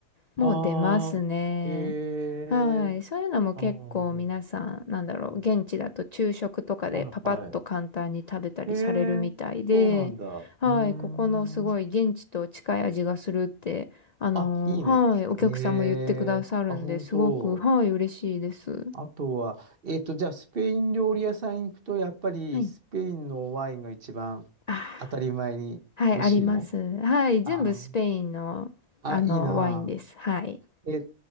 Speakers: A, on the left; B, on the right.
A: もう出ますね。
B: ああ、ええ
A: はい。そういうのも結構皆さん、
B: あなるほど。
A: なんだろう、
B: うん
A: 現地だと昼食とかでパパッと簡単に食べたりされるみたいで、
B: はいはい。ええそうなんだ。
A: はい。
B: うーん。
A: ここのすごい現地と近い味がするって、あのーはい。
B: あ、いいね。
A: お客さんも言ってくださるんで、
B: ええあ、本当。
A: すごく、はい、嬉しいです。
B: あとは、えっと、じゃあ、スペイン料理屋さん行くと、やっぱりスペインのワインが一番
A: はい。あー
B: 当たり前に美味しいの
A: はい、あります。はい、全部スペインの、
B: あーあ、
A: あの、
B: いいな
A: ワインです。はい。
B: あ。え、